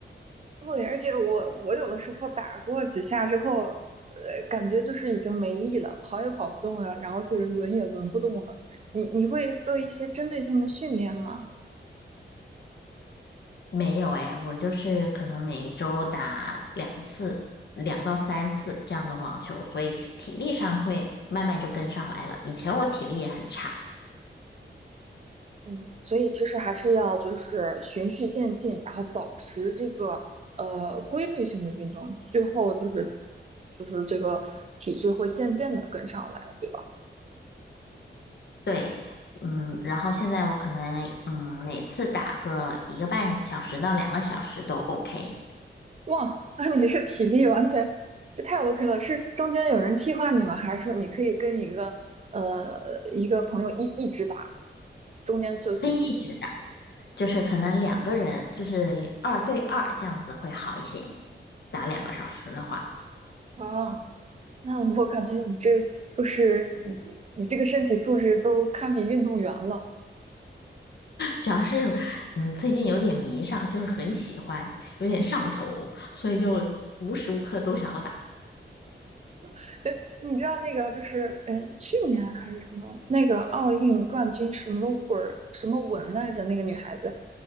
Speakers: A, on the right; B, on the left.
A: 对，而且我我有的时候打过几下之后，呃，感觉就是已经没力了，跑也跑不动了，然后是轮也轮不动了。你你会做一些针对性的训练吗？
B: 没有哎，我就是可能每周打两次、两到三次这样的网球，所以体力上会慢慢就跟上来了。以前我体力也很差，
A: 嗯，所以其实还是要就是循序渐进，然后保持这个呃规律性的运动，最后就是就是这个体质会渐渐的跟上来，对吧？
B: 对，嗯，然后现在我可能嗯每次打个一个半小时到两个小时都 OK，
A: 哇，那你是体力完全这太 OK 了，是中间有人替换你吗？还是说你可以跟一个呃一个朋友一一直打，中间休息几？
B: 可以一直打，就是可能两个人就是二对二这样子会好一些，打两个小时的话。
A: 哇，那我感觉你这就是你你这个身体素质都堪比运动员了。
B: 主要是，嗯，最近有点迷上，就是很喜欢，有点上头，所以就无时无刻都想要打。
A: <laughs> 你知道那个就是呃去年还是什么那个奥运冠军什么文什么文来着？那个女孩子